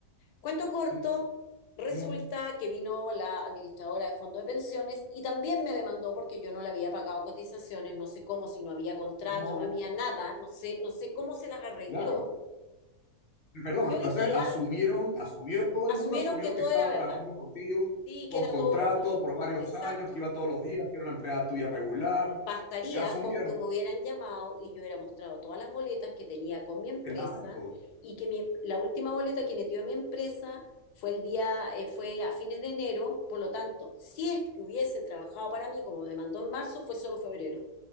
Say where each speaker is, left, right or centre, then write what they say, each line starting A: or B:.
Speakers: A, on the left; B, on the left.
A: Cuento corto,
B: Sí.
A: resulta
B: Eh,
A: que vino la administradora de fondo de pensiones y también me demandó porque yo no le había pagado cotizaciones, no sé cómo, si no había contrato,
B: No,
A: no había nada, no sé, no sé cómo se las arregló.
B: claro. Perdón,
A: Y hoy
B: o sea,
A: día
B: asumieron, asumió, todo
A: asumieron
B: el mundo asumió
A: que todo
B: que estaba
A: era verdad,
B: trabajando contigo,
A: sí,
B: con
A: que era
B: contrato
A: todo verdad.
B: por varios
A: Exacto.
B: años, que iba todos los días, que era una empleada tuya regular.
A: Bastaría
B: Asumieron,
A: con que me hubieran llamado y yo hubiera mostrado todas las boletas que tenía con mi empresa
B: claro.
A: y que mi- la última boleta que metió a mi empresa fue el día, eh, fue a fines de enero, por lo tanto, si es que hubiese trabajado para mí como me mandó en marzo, fue solo febrero.